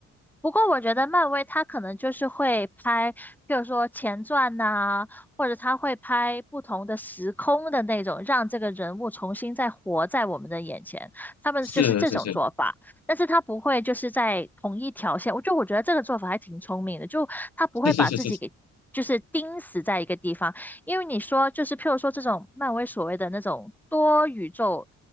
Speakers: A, in the centre; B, on the left.
A: 不过我觉得漫威它可能就是会拍，比如说前传呐、或者它会拍不同的时空的那种，让这个人物重新再活在我们的眼前。他们就是这种做法，
B: 是是是
A: 但是他不会就是在同一条线。我就我觉得这个做法还挺聪明的，就他不会把自己给就是钉死在一个地方，
B: 是是是是，
A: 因为你说就是譬如说这种漫威所谓的那种多宇宙，